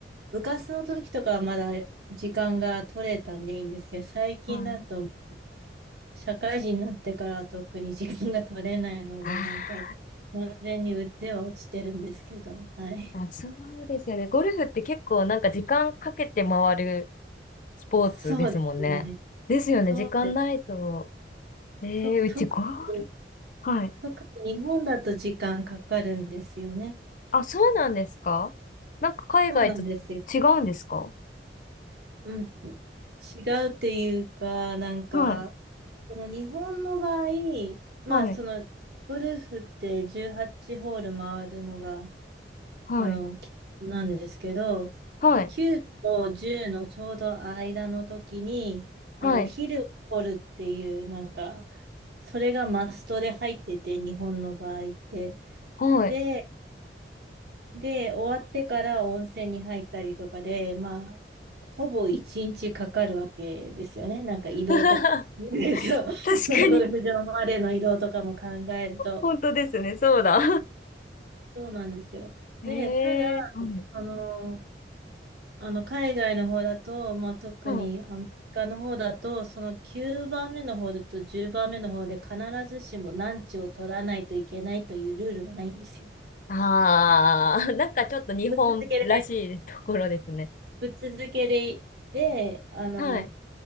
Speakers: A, on the right; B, on the left.
A: 部活の時とかはまだ時間が取れたんでいいんですけど、最近だと
B: はい。
A: 社会人になってからは特に時間が取れないので、
B: あ
A: なんか完全に腕は落ちてるんですけど、はい。
B: ーあ、そうですよね。ゴルフって結構なんか時間かけて回るスポーツですもんね。
A: そうですね。
B: ですよね、
A: そうです。
B: 時間ないと。えーうちゴール、
A: そ、特に、
B: はい
A: 特に日本だと時間かかるんですよね。
B: あ、そうなんですかなんか海外と
A: そうなんですよ。
B: 違うんですか
A: うん、違うっていうか、なんか、
B: はい、
A: その日本の場合、まあ、
B: はい、
A: その、ゴルフって18ホール回るのが、
B: はい、
A: あの、きなんですけど、
B: はい、
A: 9と10のちょうど間の時に、あの、
B: はい、
A: お昼を取るっていう、なんか、それがマストで入ってて、日本の場合って。
B: はい。
A: で、で、終わってから温泉に入ったりとかで、まあ、ほぼ一日かかるわけですよね。なんか移動とか。
B: <laughs>
A: <laughs> そう、
B: 確かに、
A: そ <laughs> のゴルフ場までの移動とかも考えると。
B: 本当ですね、そうだ。
A: そうなんですよ。
B: <laughs>
A: で、
B: ええはい、
A: ただ、あの、あの海外の方だと、まあ、特にアメリカの方だと、
B: はい。
A: その9番目の方だと10番目の方で必ずしもランチを取らないといけないというルールはないんですよ。
B: ああ、なんかちょっと日本らしいところですね。
A: ぶっ続けで、ぶっ続けで、で、あの、
B: はい、